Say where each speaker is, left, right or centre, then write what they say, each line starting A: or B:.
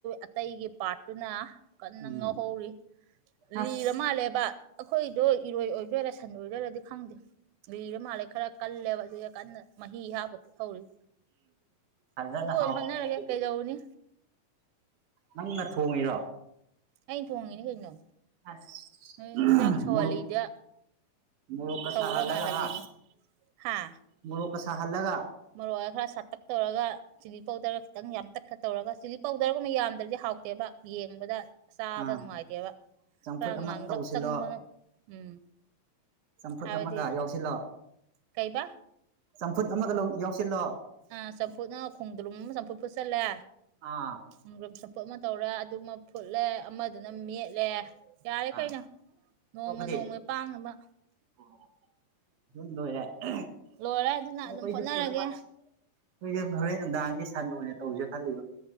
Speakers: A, on the right (about 85°); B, on the right (about 50°).
A: ꯑꯇꯩꯒꯤ ꯄꯥꯔꯠꯇꯨꯅ ꯀꯟꯅ
B: ꯎꯝ
A: ꯉꯧꯍꯧꯔꯤ
B: ꯑꯁ
A: ꯂꯤꯔ ꯃꯥꯜꯂꯦꯕ ꯑꯩꯈꯣꯏꯗꯣ ꯏꯔꯣꯏ ꯑꯣꯏꯗꯣꯏꯔꯥ ꯁꯟ ꯑꯣꯏꯗꯣꯏꯔꯗꯤ ꯈꯪꯗꯦ ꯂꯤꯔ ꯃꯥꯜꯂꯦ ꯈꯔ ꯀꯜꯂꯦꯕ ꯑꯗꯨ ꯀꯟꯅ ꯃꯍꯤ ꯍꯥꯞꯄ ꯐꯨꯠꯍꯧꯔꯤ
B: ꯐꯖꯅ
A: ꯑꯗꯨ ꯑꯣꯏꯅ
B: ꯍꯥꯎꯈ꯭ꯔꯦꯅꯦ
A: ꯍꯣꯠꯅꯔꯒꯦ
B: ꯑꯗꯨꯗꯤ
A: ꯀꯩꯗꯧꯔꯨꯅꯤ
B: ꯅꯪꯅ ꯊꯣꯡꯉꯤꯔꯣ
A: ꯑꯩꯅ ꯊꯣꯡꯉꯤꯅꯤ ꯀꯩꯅꯣ
B: ꯑꯁ
A: ꯎꯡ ꯏꯟꯖꯥꯡ ꯁꯧꯍꯜꯂꯤꯗ
B: ꯃꯣꯔꯣꯛ ꯃꯣꯔꯣꯛꯀ
A: ꯁꯧꯔ
B: ꯁꯥꯍꯜꯂꯒ
A: ꯉꯥꯢꯍꯜꯂꯤꯅꯤ
B: ꯍꯥ
A: ꯍꯥꯥ
B: ꯃꯣꯔꯣꯛꯀ ꯁꯥꯍꯜꯂꯒ
A: ꯃꯔꯣꯏ ꯈꯔ ꯁꯇꯛ ꯇꯧꯔꯒ ꯆꯤꯂꯤ ꯄꯥꯎꯗꯔꯒ ꯈꯤꯇꯪ ꯌꯥꯝ ꯇꯠꯈ ꯇꯧꯔꯒ ꯆꯤꯂꯤ ꯄꯥꯎꯗꯔꯒꯨꯝꯕ ꯌꯥꯝꯗ꯭ꯔꯗꯤ ꯍꯥꯎꯇꯦꯕ ꯌꯦꯡꯕꯗ ꯆꯥꯕꯗ
B: ꯑꯥ
A: ꯅꯨꯡꯉꯥꯏꯇꯦꯕ
B: ꯆꯝꯐꯨꯠ
A: ꯈꯔ
B: ꯑꯃ
A: ꯉꯥꯡꯂꯞ
B: ꯇꯧꯁꯤꯜꯂꯣ
A: ꯆꯪꯕꯅ ꯎꯝ
B: ꯆꯝꯐꯨꯠ
A: ꯍꯥꯏꯕꯗꯤ
B: ꯑꯃꯒ ꯌꯥꯎꯁꯤꯜꯂꯣ
A: ꯀꯩꯕꯥ
B: ꯆꯝꯐꯨꯠ ꯑꯃꯒ ꯌꯥꯎꯁꯤꯜꯂꯣ
A: ꯑ ꯆꯝꯐꯨꯠꯅ ꯈꯣꯡꯗ ꯂꯨꯝ ꯆꯝꯐꯨꯠ ꯐ ꯆꯠꯂꯦ
B: ꯑꯥ
A: ꯈꯣꯡꯗꯔꯨꯝ ꯆꯝꯐꯨꯠ ꯑꯃ ꯇꯧꯔꯦ ꯑꯗꯨꯒꯃ ꯐꯨꯠꯂꯦ ꯑꯃꯗꯨꯅ ꯃꯦꯠꯂꯦ ꯌꯥꯔꯦ
B: ꯑꯥ
A: ꯀꯩꯅꯣ ꯅꯣꯡꯃ
B: ꯑꯇꯣꯞꯄꯗꯤ
A: ꯅꯣꯡꯃꯩ ꯄꯥꯡꯅꯕ
B: <unintelligible>
A: ꯂꯣꯏꯔꯦ ꯑꯗꯨꯅ ꯑꯗꯨꯝ ꯍꯣꯠꯅꯔꯒꯦ
B: ꯑꯩꯈꯣꯏꯁꯨ ꯍꯣꯔꯦꯟ ꯅꯨꯡꯗꯥꯡꯗꯤ ꯁꯟ ꯑꯣꯏꯅ ꯇꯧꯁꯦ ꯈꯜꯂꯤꯕꯣ